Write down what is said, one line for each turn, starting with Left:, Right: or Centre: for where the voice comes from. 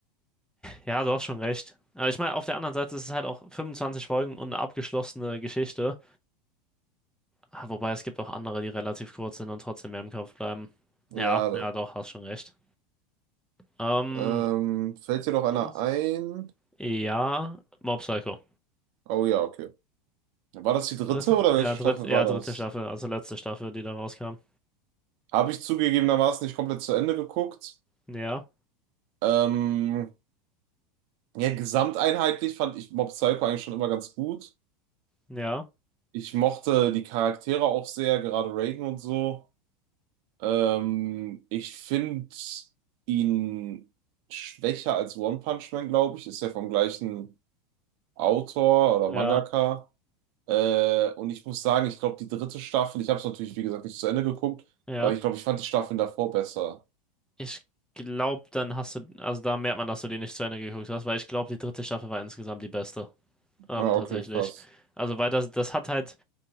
Centre: ja, du hast schon recht. Aber ich meine, auf der anderen Seite ist es halt auch 25 Folgen und eine abgeschlossene Geschichte. Ah, Wobei es gibt auch andere, die relativ kurz sind und trotzdem mehr im Kopf bleiben.
Right: ja.
Centre: Ja, ja, doch, hast schon recht. Ähm,
Right: Ähm, fällt dir noch einer
Centre: Sonst?
Right: ein?
Centre: ja, Mob Psycho.
Right: Oh ja, okay. War das die dritte
Centre: Dritte,
Right: oder
Centre: ja,
Right: welche
Centre: dritt,
Right: Staffel
Centre: ja,
Right: war das?
Centre: dritte Staffel, also letzte Staffel, die da rauskam.
Right: Habe ich zugegebenermaßen nicht komplett zu Ende geguckt.
Centre: Ja,
Right: Ähm, ja, gesamteinheitlich fand ich Mob Psycho eigentlich schon immer ganz gut.
Centre: ja,
Right: Ich mochte die Charaktere auch sehr, gerade Reagan und so. Ähm, ich finde ihn schwächer als One Punch Man, glaube ich. Ist ja vom gleichen Autor oder
Centre: ja,
Right: Mangaka. Äh, und ich muss sagen, ich glaube, die dritte Staffel, ich habe es natürlich, wie gesagt, nicht zu Ende geguckt,
Centre: ja.
Right: aber ich glaube, ich fand die Staffeln davor besser.
Centre: Ich glaube, dann hast du, also da merkt man, dass du die nicht zu Ende geguckt hast, weil ich glaube, die dritte Staffel war insgesamt die beste. Ähm,
Right: Ah,
Centre: tatsächlich.
Right: okay, krass.
Centre: Also, weil das, das hat halt